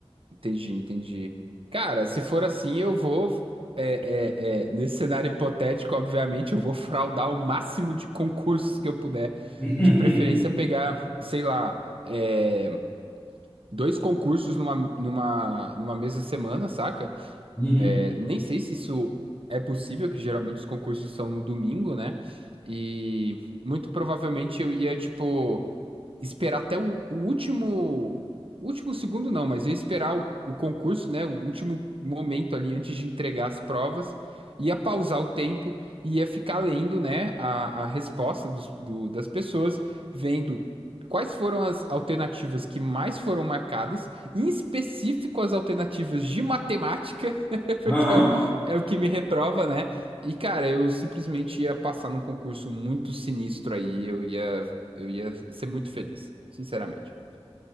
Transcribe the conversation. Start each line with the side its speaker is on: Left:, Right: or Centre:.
Right: Entendi, entendi. Cara, se for assim, eu vou. é, é, é, nesse cenário hipotético, obviamente, eu vou fraudar o máximo de concursos que eu puder.
Left: <laughs>
Right: De preferência, pegar, sei lá, é, dois concursos numa, numa, numa mesma semana, saca?
Left: Uhum.
Right: É, nem sei se isso é possível, que geralmente os concursos são no domingo, né? E muito provavelmente eu ia, tipo esperar até o, o último, o último segundo não, mas eu ia esperar o, o concurso, né, o último momento ali antes de entregar as provas, ia pausar o tempo, ia ficar lendo, né, a, a resposta dos, do- das pessoas, vendo quais foram as alternativas que mais foram marcadas, em específico as alternativas de matemática, <laughs> porque
Left: Aham.
Right: é o, é o que me reprova, né? E, cara, eu simplesmente ia passar num concurso muito sinistro aí, eu ia eu ia ser muito feliz, sinceramente.